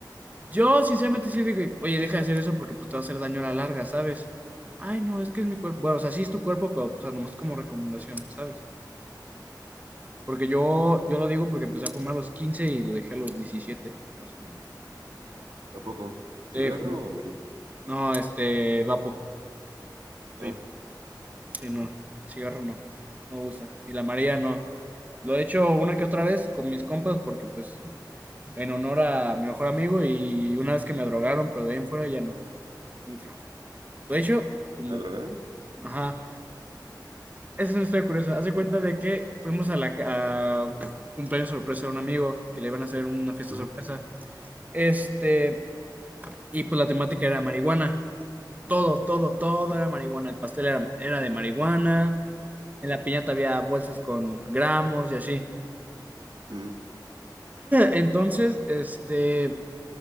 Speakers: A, on the right; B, on the right.
A: Yo sinceramente sí digo, oye, deja de hacer eso porque pues te va a hacer daño a la larga, ¿sabes? Ay, no, es que es mi cuerpo. Bueno, o sea, sí es tu cuerpo, pero, o sea, nomás como recomendación, ¿sabes? Porque yo, yo lo digo porque empecé a fumar a los 15 y lo dejé a los 17 más o menos.
B: ¿A poco? ¿Cigarro
A: Sí, fumo.
B: o morir?
A: No, este, vapo.
B: Ah,
A: vape. Sí, no, cigarro no, no me gusta. Y la María no. Lo he hecho una que otra vez con mis compas porque pues en honor a mi mejor amigo y una vez que me drogaron, pero de ahí en fuera ya no, nunca. Lo he hecho como...
B: ¿le drogaron?
A: Ajá. Esa es una historia curiosa. Hace cuenta de que fuimos a la ca- a cumpleaños sorpresa de un amigo que le iban a hacer una fiesta
B: Ujú.
A: sorpresa. Este, y pues la temática era marihuana. Todo, todo, todo era marihuana. El pastel era, era de marihuana. En la piñata había bolsas con gramos y así.
B: Ujú.
A: Entonces, este,